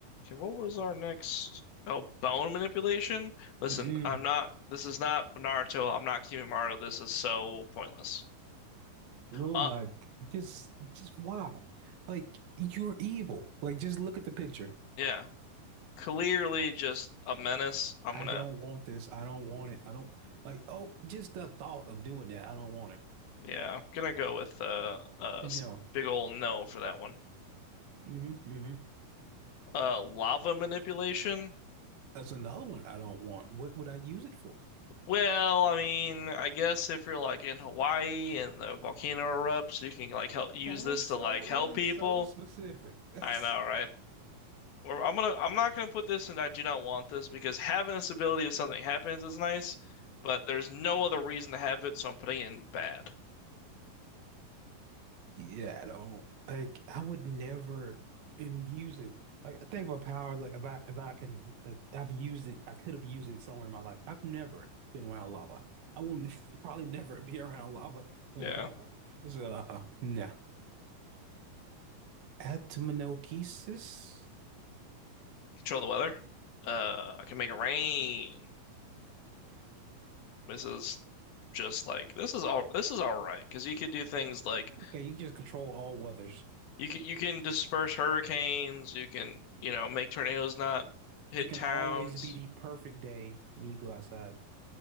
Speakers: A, on the left; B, on the right.
A: Okay, what was our next? Oh, bone manipulation? Listen,
B: Mm.
A: I'm not, this is not Naruto. I'm not Kimimaro. This is so pointless.
B: Oh
A: Uh,
B: my, g- just, just why? Like, you're evil. Like, just look at the picture.
A: yeah, clearly just a menace. I'm
B: I
A: gonna,
B: don't want this. I don't want it. I don't like, oh, just the thought of doing that. I don't want it.
A: yeah, gonna go with uh, uh,
B: No.
A: s- big ol' no for that one.
B: hmm hmm
A: Uh, lava manipulation?
B: That's another one I don't want. What would I use it for?
A: Well, I mean, I guess if you're like in Hawaii and the volcano erupts, you can like help use
B: That
A: this
B: is
A: to
B: so,
A: like help
B: that
A: people.
B: is so specific. <laughs> That's,
A: I know, right? Or I'm gonna I'm not gonna put this and I do not want this because having this ability if something happens is nice, but there's no other reason to have it, so I'm putting it in bad.
B: Yeah, I don't like I would never and use it. Like I think of a power is like if I if I can like I've used it, I could have used it somewhere in my life. I've never been around lava. I will n- <laughs> probably never be around lava when
A: Yeah.
B: I think about it. So uh, no. Atominogenesis.
A: Control the weather. Uh, I can make it rain. This is just like this is all this is all right because you could do things like
B: Okay, you just control all weathers.
A: you can you can disperse hurricanes, you can you know make tornadoes not hit
B: It can
A: towns,
B: always be the perfect day when you go outside.